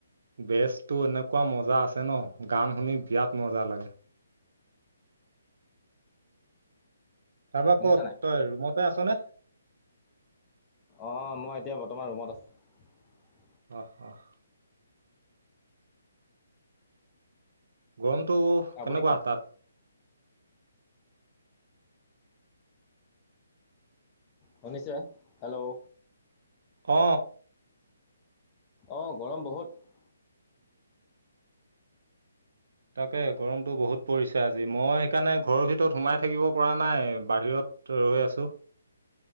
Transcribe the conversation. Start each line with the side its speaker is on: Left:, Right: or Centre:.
Right: বেছটো এনেকুৱা মজা আছে ন, গান শুনি বিৰাট মজা লাগে। তাপা
Left: শুনিছে
Right: কত,
Left: নাই
Right: তই ৰুমতে আছ নে?
Left: অঁ, মই এতিয়া বৰ্তমান ৰুমত আছোঁ।
Right: অহ, অহ। গৰমটো
Left: আপুনি
Right: কেনেকোৱা
Left: ক'ত
Right: তাত <unintelligible>
Left: শুনিছে হেল্ল'
Right: অ
Left: অঁ গৰম বহুত
Right: তাকে গৰমটো বহুত পৰিছে আজি মই সেইকাৰণে ঘৰৰ ভিতৰত সোমাই থাকিব পৰা নাই বাহিৰত <unintelligible> ত ৰৈ আছো